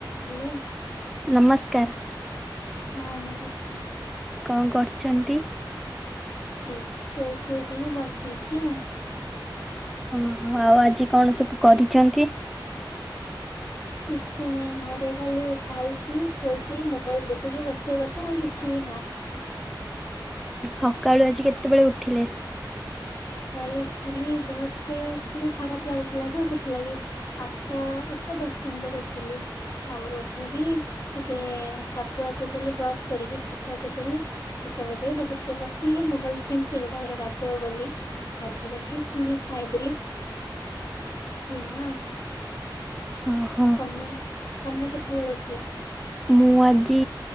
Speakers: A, on the left (about 40°); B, in the centre.
A: ହ୍ୟାଲୋ।
B: ନମସ୍କାର।
A: ହଁ ନମସ୍କାର।
B: କଣ କରୁଚନ୍ତି?
A: ଏଇ ଶୋଇକି ଉଠିକି ବସିଛି ଆଉ।
B: ଓହୋ ଆଉ ଆଜି କଣ ସବୁ କରିଚନ୍ତି।
A: କିଛି ନାଇଁ ଘରେ ଖାଲି ଖାଇ ପି ଶୋଇକି ମୋବାଇଲ୍ ଦେଖିକି ବସିବା କଥା ଆଉ କିଛି ବି ନୁହଁ।
B: ସକାଳୁ ଆଜି କେତେବେଳେ ଉଠିଲେ?
A: ସକାଳେ ଉଠିଲି ଦେହ ଟିକେ ଟିକେ ଖରାପ ଲାଗୁଥିଲା ତ ସେଥିଲାଗି ଆଟା ଆଟା ଦଶ ପନ୍ଦର ରେ ଉଠିଲି। ତାପରେ ଉଠିକି ଟିକେ ଛତୁଆ ପିଇଦେଲି ବ୍ରସ୍ କରିକି ଛତୁଆ ପିଇଦେଲି। ଛତୁଆ ପିଇ ଦେଇକି ତାପରେ ଟିକେ ବସିକି ମୋବାଇଲ୍ କେଞ୍ଚିଲି ତାପରେ ଗାଧେଇଆ କୁ ଗଲି। ଗାଧେଇକି ଆସି ପୁଣି ଖାଇଦେଲି ଏଇ ଏୟା ଆଉ।
B: ଓହୋ
A: ତମେ ତମେ କେତେବେଳେ ଉଠିଲ?
B: ମୁଁ ଆଜି